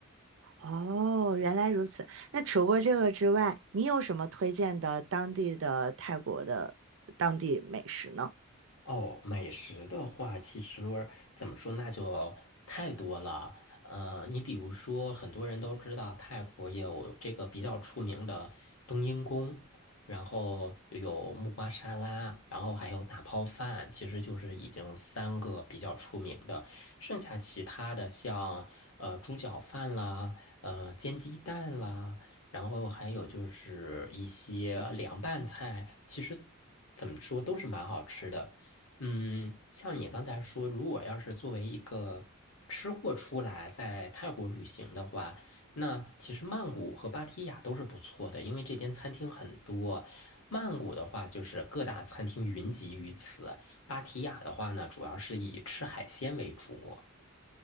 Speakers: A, on the right; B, on the left.
A: 哦，原来如此。那除过这个之外，你有什么推荐的当地的泰国的当地美食呢？
B: 哦，美食的话，其实怎么说，那就太多了。呃，你比如说，很多人都知道泰国有这个比较出名的冬阴功，然后有木瓜沙拉，然后还有打泡饭，其实就是已经三个比较出名的。剩下其他的像呃猪脚饭啦，呃煎鸡蛋啦。然后还有就是一些凉拌菜，其实怎么说都是蛮好吃的。嗯，像你刚才说，如果要是作为一个吃货出来在泰国旅行的话，那其实曼谷和芭提雅都是不错的，因为这边餐厅很多。曼谷的话，就是各大餐厅云集于此；芭提雅的话呢，主要是以吃海鲜为主。